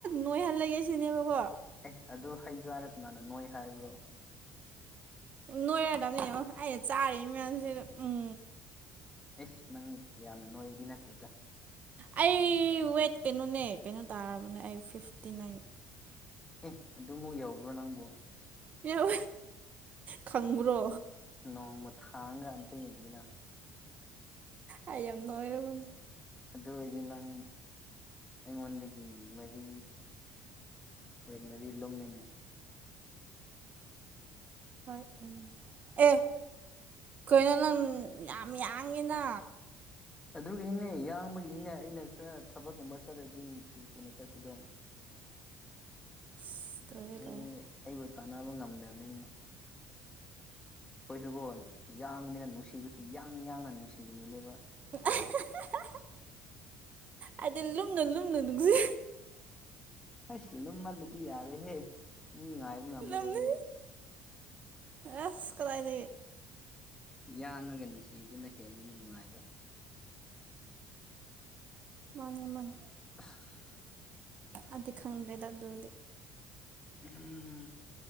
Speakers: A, on the right; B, on the left.
A: ꯅꯣꯏꯍꯜꯂꯒꯦ ꯁꯤꯅꯦꯕꯀꯣ
B: ꯑꯦ ꯑꯗꯨ ꯍꯩꯖꯥꯔꯛꯅ ꯅꯣꯏ ꯍꯥꯏꯕ꯭ꯔꯣ
A: ꯅꯣꯏꯔꯗꯕꯅꯦꯕꯣ ꯑꯩꯅ ꯆꯥꯔꯤ ꯃꯌꯥꯝꯁꯤꯗ ꯎꯝ
B: ꯑꯦꯁ ꯅꯪ ꯌꯥꯝꯅ ꯅꯣꯏꯕꯗꯤ ꯅꯠꯇꯦꯗ
A: ꯑꯩ ꯋꯦꯠ ꯀꯩꯅꯣꯅꯦ ꯀꯩꯅꯣ ꯇꯥꯔꯕꯅꯦ ꯑꯩ ꯐꯤꯐꯇꯤ ꯅꯥꯏꯟ
B: ꯑꯦ ꯑꯗꯨꯃꯨꯛ ꯌꯥꯎꯕ꯭ꯔꯣ ꯅꯪꯕꯨ
A: ꯌꯥꯎ ꯈꯪꯕ꯭ꯔꯣ
B: ꯅꯣꯡꯃ ꯊꯥꯡꯒ ꯑꯝꯇ ꯌꯦꯡꯒꯅ
A: ꯑꯩ ꯌꯥꯝ ꯅꯣꯏꯔꯕꯅꯤ
B: ꯑꯗꯨ ꯑꯣꯏꯔꯗꯤ ꯅꯪ ꯑꯩꯉꯣꯟꯗꯒꯤ ꯃꯔꯤ ꯋꯦꯠ ꯃꯔꯤ ꯂꯨꯝꯃꯤꯅꯦ
A: ꯍꯣꯏ ꯑꯦ ꯀꯩꯅꯣ ꯅꯪ ꯌꯥꯝ ꯌꯥꯡꯉꯤꯅ
B: ꯑꯗꯨꯒꯤꯅꯤꯅꯦ ꯌꯥꯡꯕꯒꯤꯅꯤꯅꯦ ꯑꯩꯅ ꯈꯔ ꯊꯕꯛꯀꯨꯝꯕ ꯆꯠꯂꯗꯤ ꯊꯨ ꯊꯨꯅ ꯆꯠꯄꯗꯣ
A: ꯑꯁ ꯂꯣꯏꯔꯦ
B: ꯑꯩ
A: ꯂꯣꯏꯔꯦ
B: ꯑꯩꯕꯨ ꯇꯥꯟꯅꯕ ꯉꯝꯗꯕꯅꯤꯅꯦ ꯑꯩꯈꯣꯏꯁꯨꯒꯣ ꯌꯥꯡꯕꯅꯤꯅ ꯅꯨꯡꯁꯤꯕꯁꯨ ꯌꯥꯡ ꯌꯥꯡꯅ ꯅꯨꯡꯁꯤꯖꯟꯕꯅꯦꯕ
A: <inaudible> ꯑꯩꯗꯤ ꯂꯨꯝꯅ ꯂꯨꯝꯅ ꯅꯨꯡꯁꯤ
B: ꯑꯁ ꯂꯨꯝꯃꯜꯂꯗꯤ ꯌꯥꯔꯣꯏꯍꯦ ꯃꯤ ꯉꯥꯏꯕ ꯉꯝꯃꯔꯣꯏꯅꯦ
A: ꯂꯨꯝꯅ ꯑꯁ ꯀꯗꯥꯥꯏꯗꯩ
B: ꯌꯥꯡꯉꯒ ꯅꯨꯡꯁꯤꯕꯗꯨꯅ ꯍꯦꯟꯕꯅꯦ ꯅꯨꯡꯉꯥꯏꯕ
A: ꯃꯥꯅꯦ ꯃꯥꯅꯦ
B: <unintelligible>
A: ꯑꯗꯨꯗꯤ ꯈꯪꯗ꯭ꯔꯦꯗ ꯑꯗꯨꯗꯤ
B: ꯎꯝ